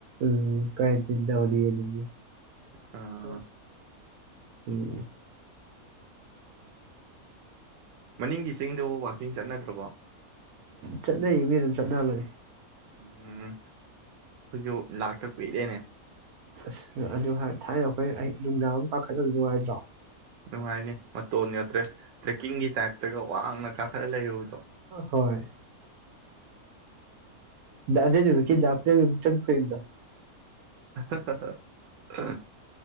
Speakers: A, on the right; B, on the right.
A: ꯎꯝ ꯀꯥꯏꯇ ꯇ ꯍꯧꯔꯤꯗꯤ
B: ꯑꯥ
A: ꯎ ꯑꯣꯝ
B: ꯃꯅꯤꯡꯒꯤ ꯆꯁꯤꯡꯗ ꯋꯥ ꯏꯤꯡ ꯆꯠꯅꯗ꯭ꯔꯕꯣ
A: ꯆꯠꯅꯩꯌꯦ ꯃꯤ ꯑꯗꯨꯝ ꯆꯠꯅꯕꯅꯦ
B: ꯎꯝ ꯍꯧꯣꯏꯁꯨ ꯂꯥꯛꯊꯛꯄꯤ ꯏꯔꯦꯅꯦ
A: ꯑꯁ ꯑꯗꯨ ꯊꯥꯏꯅ ꯑꯩꯈꯣꯏ ꯑꯩ ꯅꯨꯡꯗꯥꯡ ꯑꯃ ꯀꯥꯈꯠꯅꯕ ꯅꯨꯡꯉꯥꯏꯇ꯭ꯔꯣ
B: ꯅꯨꯡꯉꯥꯏꯅꯦ ꯃꯇꯣꯟ ꯅꯠꯇ꯭ꯔꯦ ꯇ꯭ꯔꯦꯛꯀꯤꯡꯒꯤ ꯇꯥꯏꯞꯇꯒ ꯋꯥꯡꯅ ꯀꯥꯈꯠꯂ ꯂꯩꯔꯨꯕꯗꯣ
A: ꯍꯣꯏ ꯗꯗꯦ ꯖꯨꯀꯤꯗꯞꯅꯦꯃꯨꯇꯟ ꯈꯣꯏꯔꯤꯗꯥ
B: <unintelligible>